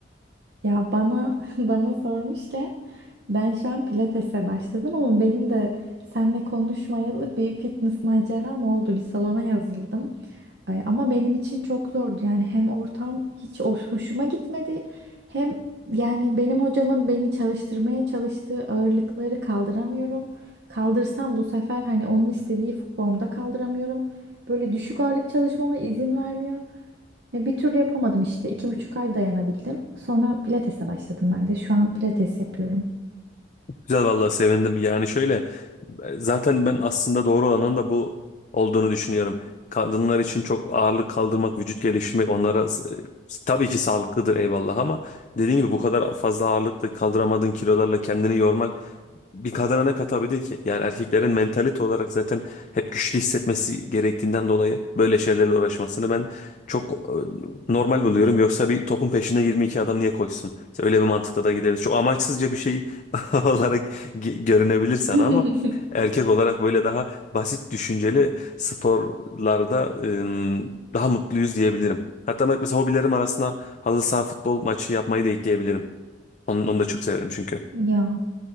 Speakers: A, on the right; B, on the left.
A: Ya bana <laughs> bana sormuşken ben şu an pilatese başladım ama benim de seninle konuşmayalı bir fitness maceram oldu. Bir salona yazıldım. Ay, Ama benim için çok zordu. Yani hem ortam hiç hoş- hoşuma gitmedi hem yani benim hocamın beni çalıştırmaya çalıştığı ağırlıkları kaldıramıyorum. Kaldırsam bu sefer hani onun istediği formda kaldıramıyorum. Böyle düşük ağırlık çalışmama izin vermiyor. Ve bir türlü yapamadım işte. İki buçuk ay dayanabildim. Sonra pilatese başladım ben de. Şu an pilates yapıyorum.
B: Güzel vallahi sevindim. Yani şöyle zaten ben aslında doğru olanın da bu olduğunu düşünüyorum. Kadınlar için çok ağırlık kaldırmak, vücut geliştirmek onlara tabii ki sağlıklıdır eyvallah ama dediğim gibi bu kadar fazla ağırlıkla kaldıramadığın kilolarla kendini yormak bir kadına ne katabilir ki? Yani erkeklerin mentalite olarak zaten hep güçlü hissetmesi gerektiğinden dolayı böyle şeylerle uğraşmasını ben çok e, normal buluyorum. Yoksa bir topun peşine 22 adam niye koşsun? İşte öyle bir mantıkla da gideriz. Çok amaçsızca bir şey <laughs> olarak ge- görünebilir sana
A: <laughs>
B: ama erkek olarak böyle daha basit düşünceli sporlarda e, daha mutluyuz diyebilirim. Hatta bak mesela hobilerim arasında halı saha futbol maçı yapmayı da ekleyebilirim. Onu, onu da çok severim çünkü.
A: Ya